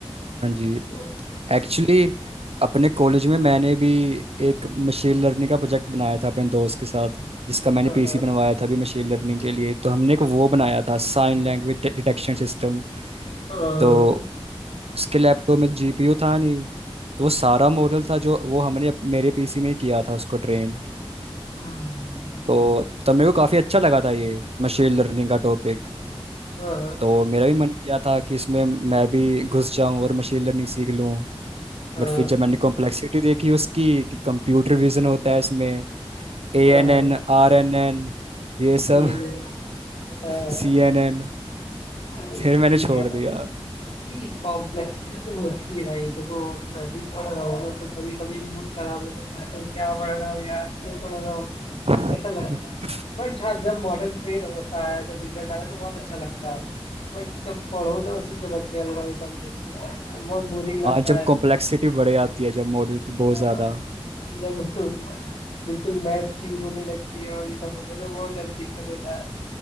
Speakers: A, on the right (about 75°); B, on the left (about 80°).
A: जी
B: तो
A: एक्चुअली
B: हम्म,
A: अपने कॉलेज में मैंने भी एक मशीन लर्निंग का प्रोजेक्ट बनाया था अपने दोस्त के साथ जिसका मैंने
B: हाँ
A: पीसी
B: हाँ
A: बनवाया था अभी मशीन लर्निंग के लिए तो हमने
B: हाँ
A: एक वो बनाया था साइन लैंग्वेज डिटेक्शन सिस्टम
B: हाँ, हाँ,
A: तो इसके लैपटॉप में जीपीयू था नहीं तो वो सारा मॉडल था जो वो हमने अप- मेरे पीसी में ही किया था उसको ट्रेन
B: हम्म,
A: तो तब मेरे को काफ़ी अच्छा लगा था ये मशीन लर्निंग का टॉपिक
B: हाँ
A: तो मेरा भी मन किया था कि इसमें मैं भी घुस जाऊं और मशीन लर्निंग सीख लूं
B: हाँ
A: बट फिर जब मैंने कॉम्प्लेक्सिटी देखी उसकी कि कंप्यूटर विजन होता है इसमें ए
B: हाँ
A: एन एन आर एन एन ये सब
B: सी एन एस हाँ
A: <laughs> सी एन एन
B: नहीं,
A: फिर मैंने
B: सही
A: छोड़
B: है
A: दिया
B: नहीं कॉम्प्लेक्सिटी तो होती है भाई देखो मैं भी पढ़ रहा हूँ ना तो कभी कभी मूड खराब हो जाता है, सोचता हूँ क्या पढ़ रहा हूँ यार क्यों पढ़ रहा हूँ
A: <laughs>
B: ऐसा लगता है बट हाँ जब मॉडल क्लियर होता है जब रिजल्ट आता है तो बहुत अच्छा लगता है बट जब पढ़ो ना उस चीज को बैठ के एल्गोरिदम देखो अरे यार बहुत बोरिंग लगता
A: हाँ जब
B: है
A: कॉम्प्लेक्सिटी बढ़ जाती है जब मॉडल की बहुत
B: हाँ,
A: ज़्यादा
B: उसमें जब <laughs> बिल्कुल मैथ्स यूज होने लगती है और ये सब होने तो बहुत ज्यादा दिक्कत होता है